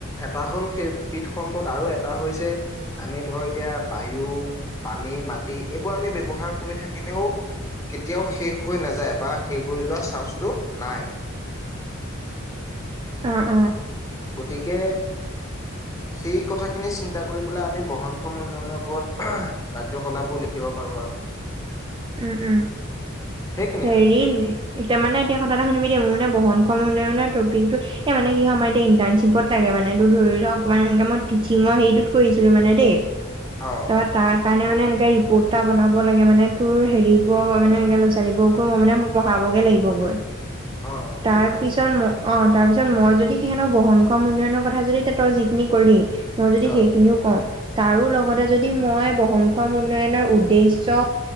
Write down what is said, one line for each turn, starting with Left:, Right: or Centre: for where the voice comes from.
Left: এটা হ'ল সেইবিধ সম্পদ আৰু এটা হৈছে আমি ধৰ এতিয়া বায়ু পানী মাটি এইবোৰ আমি ব্যৱহাৰ কৰি থাকিলেও কেতিয়াও শেষ হৈ নাযায় বা শেষ হৈ যোৱা চান্সটো নাই?
Right: অ অ
Left: গতিকে সেই কথাখিনি চিন্তা কৰি পেলাই আমি বহনক্ষম উন্নয়নৰ ওপৰত কাৰ্যকলাপো লিখিব পাৰোঁ আৰু।
Right: উম উম
Left: সেইখিনিয়ে
Right: হেৰি
Left: আৰু
Right: ন এতিয়া মানে এতিয়া কথা এটা শুনিবি দেই মোৰ মানে বহন? ক্ষম উন্নয়নৰ টপিকটো এই মানে কি হয় আমাৰ এতিয়া ইটাৰ্ণশ্বিপত লাগে মানে ধৰি লও অকণমান এ মই টিচিঙৰ হেৰিটোত কৰিছিলো মানে দেই।
Left: অ
Right: তাৰ তাৰ কাৰণে মানে এনেকে ৰিপৰ্ট এটা বনাব লাগে মানে তোৰ হেৰিব মানে এ। জানিব গৈ মই মানে পঢ়াবগে লাগিব গৈ।
Left: অ অ
Right: তাৰ
Left: বুজি পাইছো
Right: পিছত মই। অ তাৰ পিছত মই যদি সিহঁতক বহনক্ষম উন্নয়নৰ কথা যদি তই যিখিনি কলি। মই যদি
Left: অ
Right: সেইখিনিও কওঁ তাৰো। লগতে যদি মই বহনক্ষম উন্নয়নৰ উদ্দেশ্যে